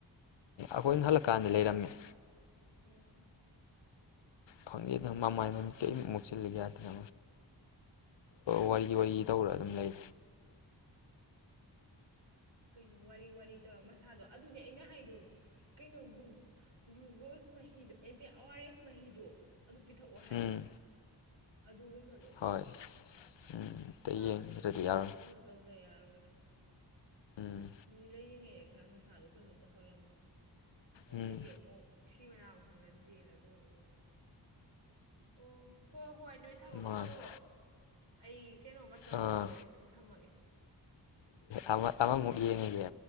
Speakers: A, on the left; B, on the right.
A: ꯑꯩꯈꯣꯏꯅ ꯍꯜꯂꯛꯀꯥꯟꯗ ꯂꯩꯔꯝꯃꯦ
B: ꯑꯣꯝ
A: ꯐꯪꯉꯦ ꯑꯗꯨ ꯃꯃꯥꯏ ꯃꯃꯤꯛꯇ ꯏꯃꯛ ꯃꯛꯁꯤꯜꯂꯦ ꯌꯥꯗ꯭ꯔꯦ ꯋꯥꯔꯤꯒꯤ ꯋꯥꯔꯤꯒꯤ ꯇꯧꯔꯦ ꯑꯗꯨꯨꯝ ꯂꯩ
B: ꯀꯩꯅꯣ ꯋꯥꯔꯤ ꯋꯥ ꯇꯧꯔ ꯃꯁꯥꯗꯣ ꯑꯗꯨꯅꯦ ꯑꯩꯅ ꯍꯥꯏꯗꯣ ꯀꯩꯅꯣ ꯒ꯭ꯂꯨꯀꯣꯁ ꯃꯍꯤꯗꯣ ꯑꯦꯗꯤ ꯑꯣ ꯑꯥꯔ ꯑꯦꯁ ꯃꯍꯤꯗꯣ ꯑꯗꯨ ꯄꯤꯊꯣꯛꯑꯣ ꯍꯥꯏꯕ
A: ꯎꯝ
B: ꯑꯗꯨꯒꯨꯝꯕ ꯑꯗꯨꯗꯣ
A: ꯍꯣꯏ ꯎꯝ ꯑꯝꯇ
B: ꯆꯥꯕ
A: ꯌꯦꯡꯗ꯭ꯔꯗꯤ
B: ꯊꯛꯄꯗꯨꯁꯨ
A: ꯌꯥꯔꯣꯏ
B: ꯀꯩꯅꯣ ꯇꯧꯗ ꯌꯥꯔꯣꯏ
A: ꯎꯝ
B: ꯅꯣꯏ ꯂꯩꯔꯤꯉꯩꯗ ꯈꯔ ꯃꯁꯥꯗꯣ ꯀꯩꯅꯣ ꯇꯧꯍꯜꯂꯝꯃꯣ ꯑꯗꯩꯗꯤꯃꯣ
A: ꯎꯝ
B: ꯁꯤꯕ ꯅꯥꯕ ꯈꯪꯗꯅ ꯆꯦꯜꯂꯗꯣꯏꯕ ꯑꯣ ꯍꯣꯏ ꯍꯣꯏ ꯅꯣꯏ ꯊꯕꯛ
A: ꯃꯥꯅꯦ
B: ꯇꯧꯔꯣ ꯑꯩ ꯀꯩꯅꯣ ꯃꯇꯝꯁꯨ
A: ꯑꯥ
B: ꯌꯧꯔꯛꯑꯏ ꯑꯃꯨꯛ ꯊꯝꯃꯒꯦ
A: ꯑꯃ ꯑꯃ ꯑꯃꯨꯛ ꯌꯦꯡꯉꯥꯒꯦ